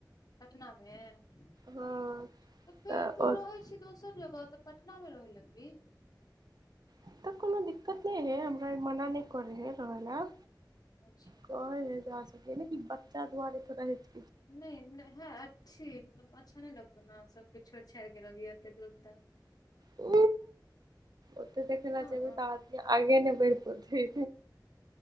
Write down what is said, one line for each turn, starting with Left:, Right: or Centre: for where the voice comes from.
Left: पटना मे, तऽ
Right: हँ
Left: फेर
Right: तऽ
Left: तू
Right: ओतऽ
Left: रहै छी दोसर जगह तऽ, पटना मे रह लग बी।
Right: अत कोनो दिक्कत नहि हय, हमरा ई मना नहि करै हय रहय ले।
Left: अच्छा
Right: कहय हय जा सै ने कि बच्चा दुआरे थोड़ रहय छय।
Left: नहि -नहि हैत। मतलब अच्छा नहि लगतौ ने सबके छोड़ि छाड़ि के रहबही एते दूर तऽ।
Right: उ ओते देखेले
Left: हँ
Right: जेबय त आ आगेनय बढ़ पोते।